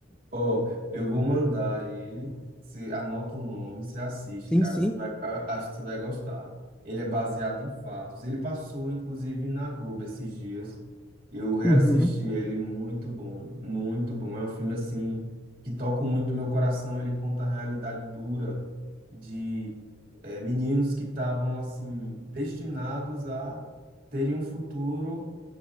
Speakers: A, on the right; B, in the centre.
A: Ó, eu vou mandar ele. Você anota o nome, você assiste,
B: Sim,
A: cara.
B: sim.
A: Você vai, a- acho que você vai gostar. Ele é baseado em fatos. Ele passou, inclusive, na Globo esses dias. Eu reassisti
B: Uhum.
A: ele, muito bom, muito bom. É um filme, assim, que toca muito meu coração. Ele conta a realidade dura de eh, meninos que estavam, assim, destinados a terem um futuro